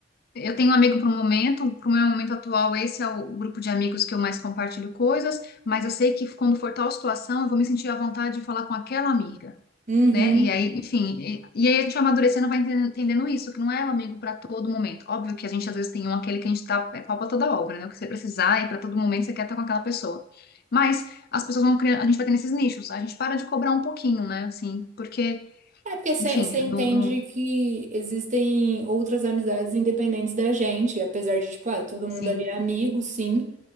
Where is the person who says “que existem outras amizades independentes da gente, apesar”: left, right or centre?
Right